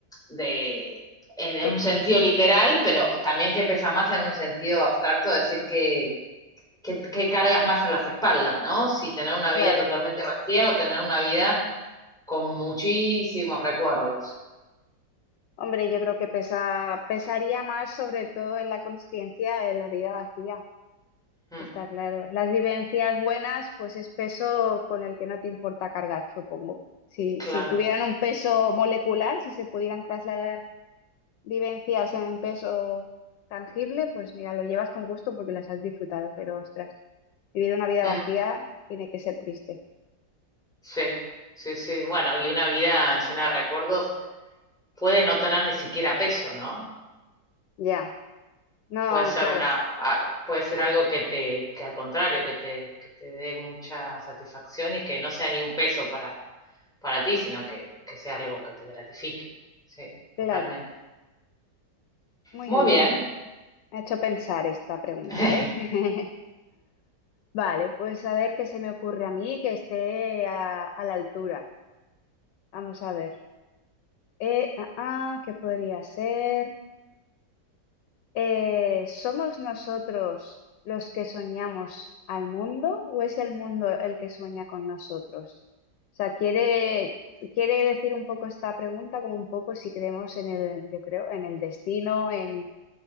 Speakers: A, in the centre; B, on the left (about 80°).
A: de- en, en
B: que,
A: un sentido literal, pero también qué pesa más en un sentido abstracto, decir que, que, que cargas más en las espaldas, ¿no? Si tener una vida
B: claro.
A: totalmente vacía o tener una vida con muchísimos recuerdos.
B: Hombre, yo creo que pesa, pesaría más sobre todo en la consciencia, en la vida vacía.
A: Mm,
B: Está claro. Las vivencias buenas, pues es peso con el que no te importa cargar, supongo. Si,
A: claro.
B: si tuvieran un peso molecular, si se pudieran trasladar vivencias en peso tangible, pues mira, lo llevas con gusto porque las has disfrutado, pero ostras, vivir una vida
A: Mm,
B: vacía tiene que ser triste.
A: sí, sí, sí. Bueno, y una vida llena de recuerdos puede no tener ni siquiera peso, ¿no?
B: Ya. No,
A: Puede ser
B: claro,
A: una, a- puede ser algo que te, que al contrario, que te, que te dé mucha satisfacción y que no sea ni un peso para, para ti, sino que, que sea algo que te gratifique. Sí, totalmente.
B: claro. Muy
A: Muy
B: bien.
A: bien.
B: Me ha hecho pensar esta pregunta,
A: <laughs>
B: ¿eh? <laughs> Vale, pues a ver qué se me ocurre a mí que esté a a la altura. Vamos a ver. Eh, ah, ah, ¿qué podría ser? Eh, ¿somos nosotros los que soñamos al mundo o es el mundo el que sueña con nosotros? O sea, quiere, quiere decir un poco esta pregunta como un poco si creemos en el, yo creo, en el destino, en,